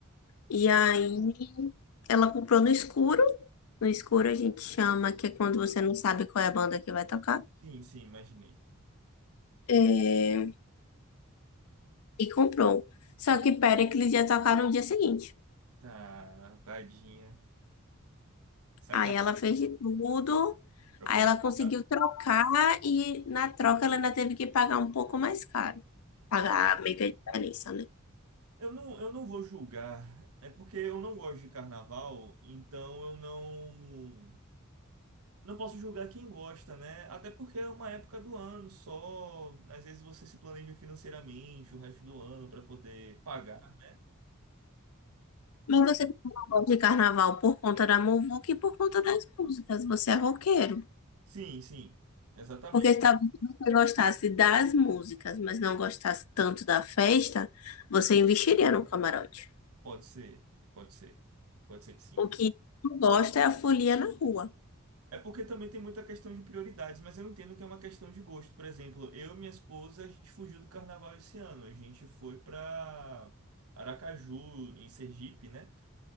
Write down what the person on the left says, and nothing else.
E aí ela comprou no escuro. No escuro a gente chama, que é quando você não sabe qual é a banda que vai tocar.
É, E comprou. Só que Péricles ia tocar no dia seguinte.
Aí ela fez de tudo.
Aí
ela conseguiu
trocar e na troca ela ainda teve que pagar um pouco mais caro. Pagar meio que a diferença, né?
Mas você não gosta de carnaval por conta da muvuca e por conta das músicas. Você é roqueiro.
Porque talvez se você gostasse das músicas, mas não gostasse tanto da festa, você investiria no camarote.
O que não gosta é a folia na rua.